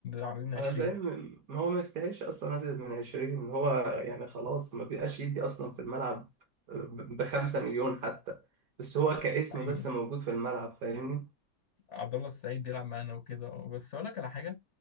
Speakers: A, on the left (about 55°); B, on the right (about 60°).
A: عارضين 20
B: أنا فاهم ما هو ما يستاهلش اصلا ازيد من 20 ان هو يعني خلاص ما بيبقاش يدي اصلا في الملعب آه، ب 5 مليون حتى بس هو كاسم
A: حقيقي
B: بس موجود في الملعب فاهمني
A: عبد الله السعيد بيلعب معانا وكده اه، بس أقول لك على حاجة